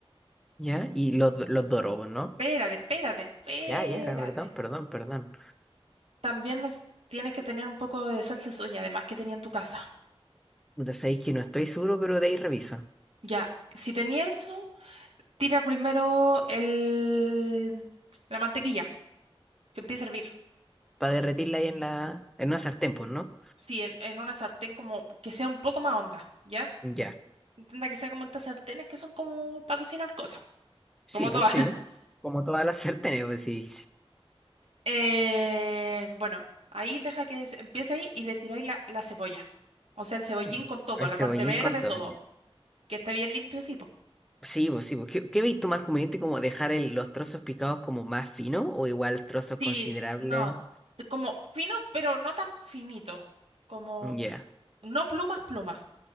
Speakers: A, in the centre; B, on the right.
A: Ya. Y los, los dorobos, ¿no?
B: Espérate, espérate, espérate.
A: Ya, ya, perdón, perdón, perdón.
B: También es- tienes que tener un poco de salsa de soya, además que tenía en tu casa.
A: Lo sabéis que no estoy seguro, pero de ahí reviso.
B: Ya, si tenía eso, tira primero el, la mantequilla, que empiece a hervir.
A: Para derretirla ahí en la. En una sartén, pues,
B: Sí,
A: ¿no?
B: Sí, en, en una sartén como que sea un poco más honda, ¿ya?
A: Ya.
B: Intenta que sea como estas sartenes que son como para cocinar cosas,
A: Sí,
B: como
A: pues
B: todas.
A: sí. Como todas las <laughs> sartenes, pues sí.
B: Eh, bueno, ahí deja que se- empiece ahí y le tiráis la, la cebolla. O sea, el cebollín
A: Mm,
B: con todo,
A: El
B: la
A: cebollín
B: parte verde,
A: con todo.
B: todo.
A: ya.
B: Que esté bien limpio, sí, po.
A: Sí, pues sí, pues. ¿Qué, qué veis tú más conveniente como dejar el- los trozos picados como más finos o igual trozos
B: Sí,
A: considerables?
B: no, t- como fino, pero no tan finito. Como,
A: Mm, Ya.
B: no plumas, plumas.